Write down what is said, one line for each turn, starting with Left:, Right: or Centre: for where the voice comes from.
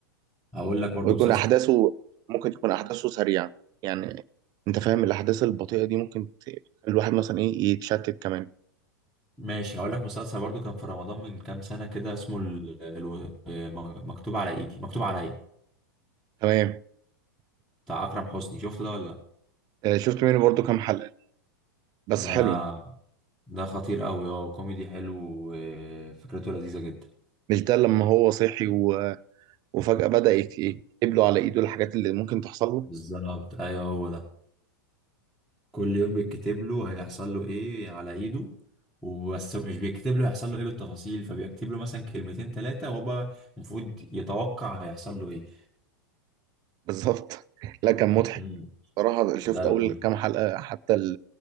Centre: هقول لك برضو
Right: ويكون احداثه ممكن تكون احداثه سريعة يعني انت فاهم الاحداث البطيئة دي ممكن تخلي الواحد مثلا ايه يتشتت كمان
Centre: ماشي هقول لك مسلسل برضو كان في رمضان من كام سنة كده اسمه ال... ال... م- مكتوب على ايدي مكتوب عليا
Right: تمام
Centre: بتاع أكرم حسني شفته ده ولا لا
Right: آه، شفت منه برضو كام حلقة بس
Centre: ده
Right: حلو
Centre: ده خطير قوي اه كوميدي حلو وفكرته لذيذة جدا
Right: مش ده لما هو صحي و... وفجأة بدأ يت... ايه يكتب له على ايده الحاجات اللي ممكن تحصل له
Centre: بالظبط ايوه هو ده كل يوم بيتكتب له هيحصل له ايه على ايده وبس مش بيكتب له هيحصل له ايه بالتفاصيل فبيكتب له مثلا كلمتين ثلاثة وهو المفروض يتوقع هيحصل له ايه
Right: بالظبط <laughs> لا كان مضحك
Centre: مم.
Right: صراحة شفت
Centre: ده ال-
Right: أول كام حلقة حتى